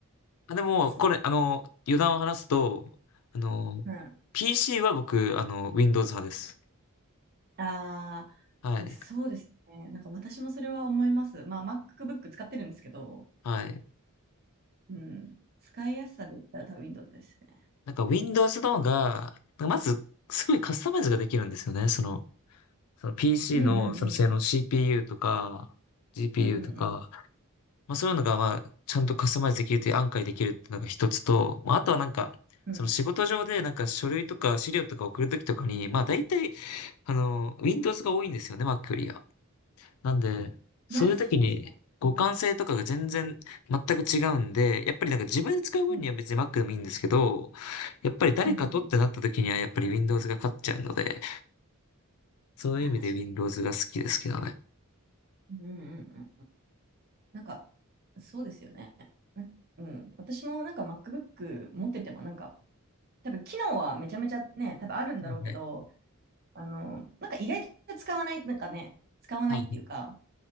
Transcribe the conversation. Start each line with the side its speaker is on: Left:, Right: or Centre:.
Left: あ、でも、
Right: そ
Left: これ、あの、余談を話すと、あの、
Right: う。うん
Left: PC は僕、あの、Windows 派です。
Right: ああ、
Left: はい。
Right: でもそうですね。なんか私もそれは思います。まあ、MacBook 使ってるんですけど、
Left: はい。
Right: うん、使いやすさで言ったら多分 Windows ですね。
Left: なんか Windows の方が、まず、すごいカスタマイズができるんですよね。その、その PC
Right: うんうんうん
Left: の、その性能 CPU とか、GPU
Right: うんうん
Left: とか、まあそういうのが、まあ、ちゃんとカスタマイズできるという案外できるっていうのが一つと、まああとはなんか、
Right: うんうん。
Left: その仕事上でなんか書類とか資料とか送るときとかに、まあ大体、あの、Windows が多いんですよね、Mac よりは。なんで、そういうときに互換性とかが全然全く違うんで、
Right: いや、そうですね。うんうん
Left: やっぱりなんか自分で使う分には別に
Right: うん
Left: Mac でもいいんですけど、やっぱり誰かとってなったときにはやっぱり
Right: うんうんうん。い
Left: Windows が勝っちゃうので、そういう意味で
Right: や、確かに。
Left: Windows が好きですけどね。
Right: うんうんうんうん。なんか、そうですよね。なうん、私もなんか MacBook 持ってても、なんか、多分機能はめちゃめちゃね、多分あるんだろうけど、
Left: はいはい。
Right: あの、なんか意外と使わない、なんかね、使わないっていうか、
Left: はいはい。